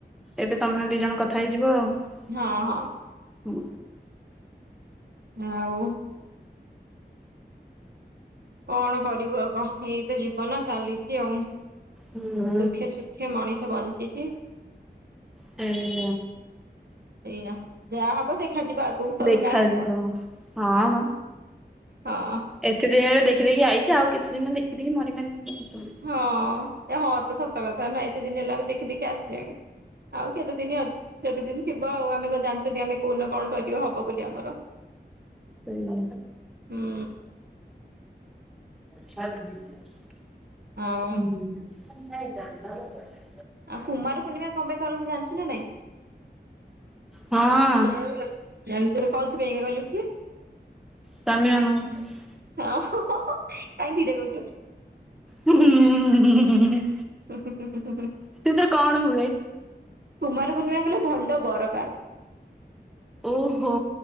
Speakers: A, in the centre; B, on the right (about 65°).
A: ଏବେ ତମେ ଦି ଜଣ କଥା ହେଇଯିବ ଆଉ
B: ହଁ ହଁ ହଉ କଣ କରିବୁ ଆଉ କ ଏଇତ ଜୀବନ ଚାଲିଛି ଆଉ।
A: ହୁଁ
B: ଦୁଃଖେ ସୁଖେ ମଣିଷ ବଞ୍ଚିଛି।
A: ସେୟା
B: ସେଇଆ ଯାହା ହବ ଦେଖାଯିବ ଆଗକୁ ହଉନା
A: ଦେଖାଯିବ
B: କଣ
A: ହଁ ମ
B: ହଁ
A: ଏତେ ଦିନରେ ଦେଖି ଦେଖି ଆଇଛେ ଆଉ କିଛି ଦିନ ଦେଖିଦଖି ମରି ମାରି ଯୁ
B: ହଁ ଏ ହଁ ତ ସତ କଥା ନା ଏତେ ଦିନ ହେଲା ମୁ ଦେଖି ଦେଖି ଆସିଲିଣି ଆଉ କେତେ ଦିନ ଅଛି ଯେତେ ଦିନ ଥିବ ଆଉ ଆମେ କ ଜାଣିଛନ୍ତି ଆମେ କୋଉନ କଣ କରିବୁ ହବ ବୋଲି ଆମର
A: ସେଇଆ
B: ହୁଁ।
A: ହଁ।
B: ଆଉ ଆଉ କୁମାର ପୂର୍ଣ୍ଣିମା କଁ ପାଇଁ କରନ୍ତି ଜାଣିଚୁ ନା ନାଇଁ?
A: ହଁ
B: ଜ କଉଥିପାଇକା କହିଲୁ ଟିକେ।
A: ସ୍ୱାମୀ ମାନଙ୍କ ପାଇଁ।
B: ହଁ କାହିଁ ଧୀରେ କହୁଚୁ?
A: ହୁଁ ହୁଁୁଁ
B: ହ
A: ସେଥିରେ କଣ ହୁଏ?
B: କୁମାର ପୂର୍ଣ୍ଣିମା କଲେ ଭଲ ବର ପାନ୍ତି।
A: ଓହୋ